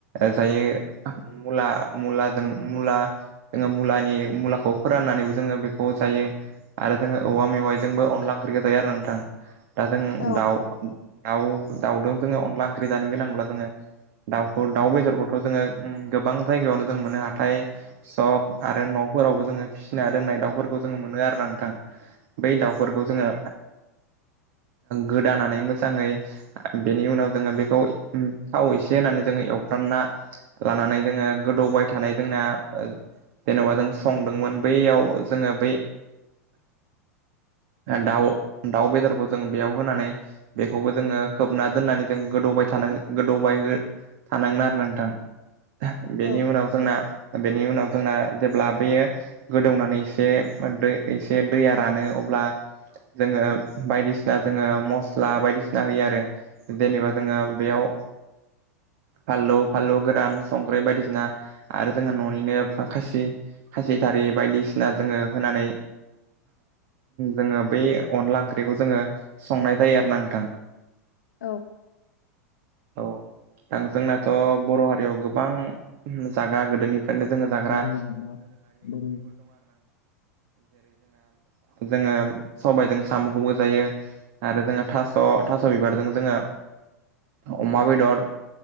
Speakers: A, on the right (about 60°); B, on the left (about 85°).
A: जायो मुला मुला जों मुला जोङो मुलानि मुलाखौ फोराननानैबो जोङो बेखौ जायो आरो जोङो औवा मेवाइजोंबो अनला ओंख्रिखौ जायो आरो नोंथां दा जों
B: औ
A: दाउ दाउ दाउजों जोङो अनला ओंख्रि जानो गोनांब्ला जोङो दाउखौ दाउ बेदरखौथ जोङो गोबां जायगायावनो जों मोनो हाथाय सक आरो न फोरावबो जोङो फिसिना दोननाय दाउफोरखौ जोङो मोनो आरो ना नोंथां बै दाउफोरखौ जोङो गोदानानै मोजाङै बेनि उनाव जोङो बेखौ थाव एसे होनानै जोङो एवफ्रानना लानानै जोङो गोदौबाय थानाय जोंना जेनबा जों संदोंमोन बैयाव जोङो बै दाउ दाउ बेदरखौ जों बेयाव होनानै बेखौबो जोङो खोबना दोननानै जों गोदौबाय थानांग गोदौबाय थानांगोन आरो नोंथां बेनि
B: औ
A: उनाव जोंना बेनि उनाव जोंना जेब्ला बेयो गोदौनानै एसे एसे दैया रानो अब्ला जोङो बायदिसिना जोङो मस्ला बायदिसिना होयो आरो जेनेबा जोङो बेयाव फानलौ फानलौ गोरान संख्रै बायदिसिना आरो जोङो ननिनो खासि खासि थारि बायदिसिना जोङो होनानै जोङो बै अनला ओंख्रिखौ जोङो संनाय जायो आरो ना नोंथां
B: औ
A: औ आं जोंनाथ बर हारियाव गोबां जागा गोदोनिफ <unintelligible> जोंना
B: जोङो जाग्रा दोरों
A: जोङो सबायजों साम खौबो जायो आरो जोङो थास थास बिबारजों जों जोङो अमा बेदर